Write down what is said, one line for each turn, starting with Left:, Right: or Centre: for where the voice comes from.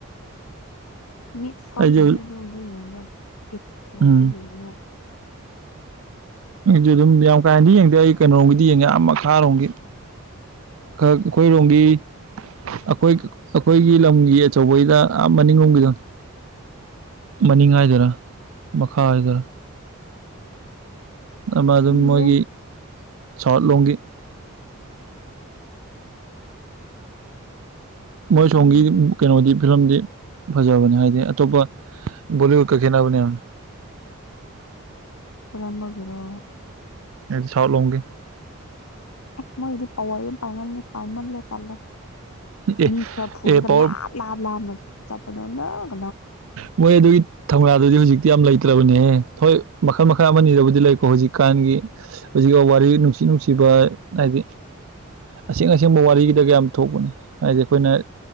Left: ꯃꯤꯠ ꯁꯣꯛꯅ
Right: ꯑꯩꯁꯨ
Left: ꯑꯗꯨꯝꯕꯨ ꯌꯦꯡꯔ ꯄꯤꯀ ꯂꯩꯗ
Right: ꯎꯝ
Left: ꯌꯦꯡꯅꯤꯡꯉꯥꯏ꯫
Right: ꯑꯩꯁꯨ ꯑꯗꯨꯝ ꯌꯥꯝ ꯀꯥꯏꯅꯗꯤ ꯌꯦꯡꯗꯦ ꯑꯩ ꯀꯩꯅꯣꯒꯤꯗꯤ ꯌꯦꯡꯉꯦ ꯑꯥ ꯃꯈꯥꯔꯣꯝꯒꯤ ꯈꯛ ꯑꯩꯈꯣꯏꯔꯣꯝꯒꯤ ꯑꯈꯣꯏ ꯑꯈꯣꯏꯒꯤ ꯂꯝꯒꯤ ꯑꯆꯧꯕꯩ ꯑꯥ ꯃꯅꯤꯡꯔꯣꯝꯒꯤꯗꯣ꯫ ꯃꯅꯤꯡ ꯍꯥꯏꯗꫭꯏꯔꯥ ꯃꯈꯥ ꯍꯥꯏꯗꫭꯔꯥ꯫ ꯑꯃ ꯑꯗꯨꯝ
Left: ꯈꯪꯗꯦ
Right: ꯃꯣꯏꯒꯤ ꯁꯥꯎꯠ ꯂꯣꯝꯒꯤ ꯃꯣꯏꯁꯣꯝꯒꯤ
Left: ꯈꯪꯗꯦ
Right: ꯀꯩꯅꯣꯖꯡꯗꯤ ꯐꯤꯂꯝꯗꯤ ꯐꯖꯕꯅꯦ ꯍꯥꯏꯗꯤ ꯑꯇꯣꯞꯄ ꯕꯣꯂꯤꯋꯨꯗꯀ ꯈꯦꯠꯅꯕꯅꯦꯝ꯫ <inaudible>
Left: ꯀꯔꯝꯕ ꯒꯤꯔꯣ꯫
Right: ꯑꯩꯗꯤ ꯁꯥꯥꯎ ꯂꯣꯝꯒꯤ꯫
Left: ꯑꯦ ꯃꯣꯏꯗꯤ ꯄꯋꯥꯔ ꯌꯥꯝ ꯄꯥꯏꯃꯜꯂꯦ ꯄꯥꯏꯃꯜꯂꯦ ꯇꯜꯂꯦ꯫
Right: ꯑꯦ
Left: ꯃꯤ ꯈ꯭ꯔ ꯐꯨꯔꯒ
Right: ꯑꯦ ꯄꯋꯥꯔ
Left: ꯂꯥꯞ ꯂꯥꯞ ꯂꯥꯞꯅ ꯆꯠꯄꯗꫭ ꯅꫭ꯫
Right: ꯃꯣꯏ ꯑꯗꯨꯒꯤ ꯊꯧꯅꯥꯗꯨꯗꯤ ꯍꯧꯖꯤꯛꯇꯤ ꯌꯥꯝ ꯂꯩꯇ꯭ꯔꯕꯅꯦ ꯍꯣꯏ꯫ ꯃꯈꯜ ꯃꯈꯜ ꯑꯃꯅꯤꯅꯤꯔꯕꯨꯗꯤ ꯂꯩꯀꯣ ꯍꯧꯖꯤꯛꯀꯥꯟꯒꯤ ꯍꯧꯖꯤꯛꯐꯥꯎ ꯋꯥꯔꯤ ꯅꯨꯡꯁꯤꯠ ꯅꯨꯡꯁꯤꯕ ꯍꯥꯏꯗꯤ ꯑꯁꯦꯡ ꯑꯁꯦꯡꯕ ꯋꯥꯔꯤꯒꯤꯗ ꯀꯌꯥꯝ ꯊꯣꯛꯄꯅꯤ ꯍꯥꯏꯗꯤ ꯑꯩꯈꯣꯏꯅ